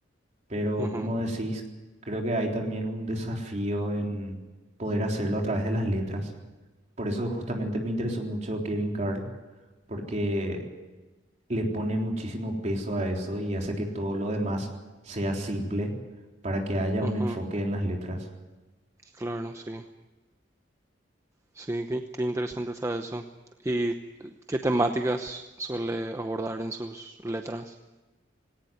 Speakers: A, on the right; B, on the right.
A: Pero
B: Ujú,
A: como decís, creo que hay también un desafío en poder hacerlo a través de las letras. Por eso justamente me interesó mucho Kevin Carl, porque le pone muchísimo peso a eso y hace que todo lo demás sea simple para que haya
B: ujú,
A: un enfoque en las letras.
B: claro, sí. Sí, qué, qué interesante está eso. ¿Y qué temáticas suele abordar en sus letras?